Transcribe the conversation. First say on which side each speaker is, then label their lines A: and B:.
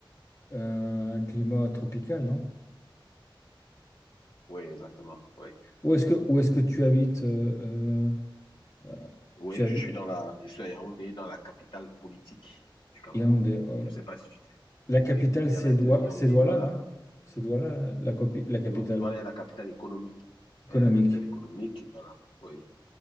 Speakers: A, on the left; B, on the left.
A: euh, un climat tropical, non?
B: Oui, exactement. Oui.
A: Où est-ce que, où est-ce que tu habites? euh, euh, euh,
B: Oui,
A: tu habites
B: je suis dans la, je suis à Yaoundé, dans la capitale politique du Cameroun.
A: Yaoundé, ouais,
B: Je
A: ouais.
B: sais pas si tu sais.
A: La capitale,
B: Oui, il
A: c'est
B: y en a
A: Doua,
B: deux, Yaoundé
A: c'est Douala,
B: et Douala.
A: non? C'est Douala, la, copi- la capitale.
B: Non, Douala est la capitale économique.
A: Économique,
B: Elle est la capitale économique, Douala. Oui.